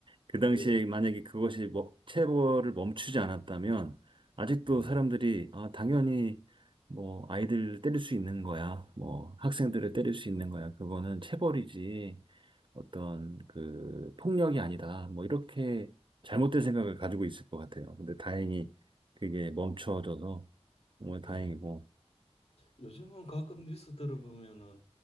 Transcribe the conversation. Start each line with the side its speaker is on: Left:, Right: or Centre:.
Right: 그 당시에
Left: 네.
Right: 만약에 그것이 뭐, 체벌을 멈추지 않았다면 아직도
Left: 네.
Right: 사람들이 아, 당연히 뭐 아이들을 때릴 수 있는 거야. 뭐 학생들을 때릴 수 있는 거야. 그거는 체벌이지 어떤 그 폭력이 아니다. 뭐 이렇게 잘못된 생각을 가지고 있을 것 같아요. 근데 다행히 그게 멈춰져서 정말
Left: 네.
Right: 다행이고.
Left: 요즘은 가끔 뉴스 들어보면은